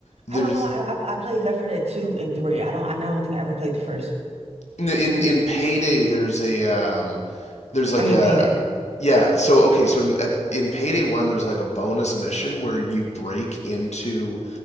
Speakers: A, on the left; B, on the right.
A: There's
B: I don't know. I, I I played Left 4 Dead 2 and 3. I don't I don't think I ever played the first one.
A: in in in Payday there's a um there's like
B: I mean,
A: a
B: pay that.
A: yeah, so okay, so in at, in Payday 1 there's like a bonus mission where you break into